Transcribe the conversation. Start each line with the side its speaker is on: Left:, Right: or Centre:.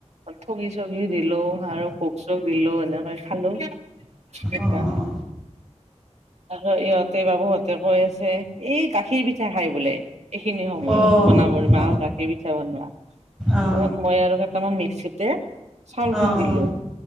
Right: থগি চবিও দিলো আৰু ভোক চোক দিলো এনেকৈ খালো। <inaudible>
Centre: অঁ
Right: আৰু ইহঁতে বাবুহঁতে কৈ আছে, এই গাখীৰ পিঠা খাই বোলে। এইখিনি সময়ত
Centre: অঁ
Right: বনাবৰ, মা
Centre: অঁ
Right: গাখীৰ পিঠা বনোৱা। তাৰপাছত
Centre: অঁ অঁ
Right: মই আৰু দুটামান মিক্সিতে চাউল
Centre: অঁ অঁ
Right: খুন্দিলোঁ।